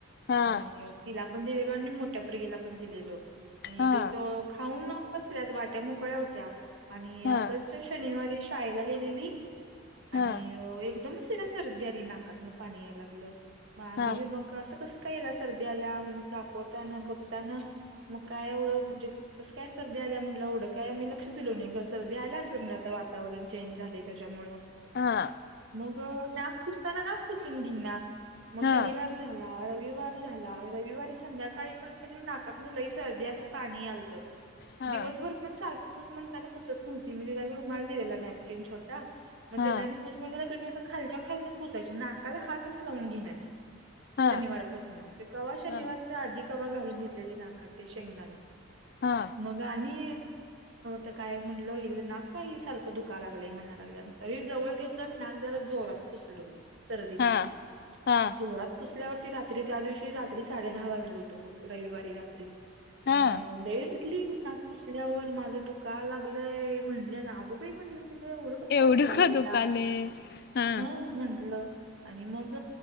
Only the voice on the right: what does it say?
आणि तिला पण दिलेलो आणि मोठ्या पोरगीला पण दिलेलो. आणि
तिथ खाऊन बसल्यात वाट्या मोकळ्या होत्या. आणि
असंच शनिवारी शाळेला गेलेली आणि
एकदमच तिला सर्दी आली नाकात पाणी यायला लागलं मग आम्ही
मग अस कस का हीला सर्दी आल्या म्हणून दाखवताना बघताना मग काय एवढ म्हणजे कस काय सर्दी त्याज्यामुळं एवंढं काय आम्ही लक्ष दिलो नाही ग सर्दी आल्या असल आता वातावरण चेंज झाले त्याच्यामुळ
त नाक पुसताना नाक पुसून घे ना म
शनिवार झाला. रवि विवार झाला रविवारी संध्याकाळी पण कनय नाकातनं लय सर्दी असं पाणी आल
दिवसभर पण सारखं पुस म्हणतानी पुसत नव्हती मी <unintelligible> रुमाल दिलेला नॅपकिन छोटा मग
त्याने पुस म्हण दिला कनी अस खालच्या खालनच पुसायची नाकाला हातच लावून घेई ना ती
शनिवारपासन ते कवा शनिवारच्या
आधी कवा घालून घेतलेली नाकात ते शेंगदान
मग आणि त काय म्हणट हिज नाक काय ही सारखं दुकायला लागलंय म्हणा लागल मग लगीच जवळ घेतलं आणि नाक जरा जोरात पुसलो मी सर्दी
तिची
जोरात पुसल्यावर ते रात्री त्या दिवशी रात्री साडे दहा वाजलं होतं बघ रविवारी रात्री
आणि लई ती नाक पुसल्यावर माझ दुकाय लागलंय म्हणली आणि आगो बाई म्हणलं मी एवढंच कस काय
दुखलाई
नाक
हं म्हंटलं. आणि मग